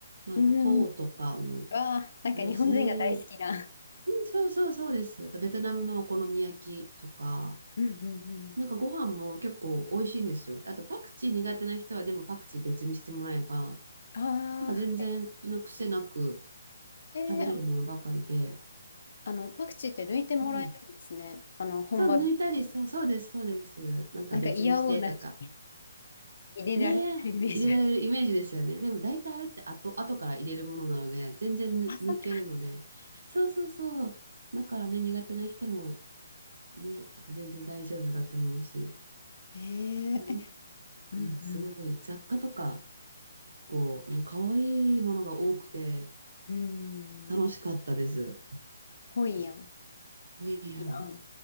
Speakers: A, on the right; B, on the left.
A: まあ、
B: うん。
A: フォーとかも
B: わあ、なんか日本人が大好きな。
A: あるし、うん、そうそうそうです。あとベトナムのお好み焼きとか、
B: うんうんうん。
A: なんかご飯も結構美味しいんですよ。あと、パクチー苦手な人は、でもパクチー別にしてもらえば、
B: あ
A: なんか全然の癖なく
B: あ、はい。えー、
A: 食べれるものばかりで、
B: ああの、パクチーって抜いてもらえるんですね。
A: うん。
B: あの、本場で。
A: そう、抜いたり、そう、そうです、そうです。なんか別にしてとか、
B: なんか嫌おうな入れられてるイメージある。
A: ねえ、入れられるイメージですよね。でも大体あれって後、後から入れるものなので、全然ぬ抜けるので。
B: あ、そっか。
A: そうそうそう。だからね、苦手な人もね、あの全然大丈夫だと思うし。
B: え
A: なんか、
B: ー、えうんうん。
A: うん、すごい雑貨とか結構、うん可愛いものが多くて
B: うー
A: 楽しかったです。
B: ん。ホイアン。
A: ホイアン。
B: いやん。